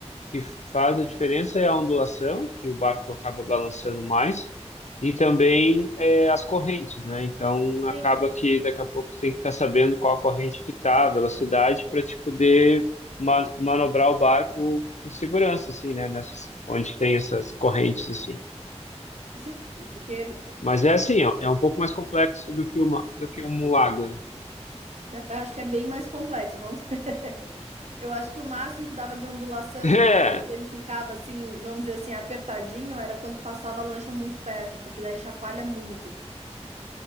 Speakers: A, on the left; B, on the right.
A: que faz a diferença é a ondulação, que o barco acaba balançando mais, e também é, as correntes, né? Então, acaba
B: Sim,
A: que daqui a pouco você tem que estar sabendo qual a corrente que está, a velocidade, para te poder ma- manobrar o barco com segurança, assim, né? Nessas, onde tem essas correntes, assim.
B: sim, porque... é,
A: Mas é assim, ó, é um pouco mais complexo do que uma, do que um lago, né?
B: né, Acho que é bem mais complexo, vamos. <laughs> Eu acho que o máximo que dava de ondulação
A: <laughs>
B: e ele ficava assim, vamos dizer assim, apertadinho, era quando passava a lancha muito perto, porque daí chacoalha muito.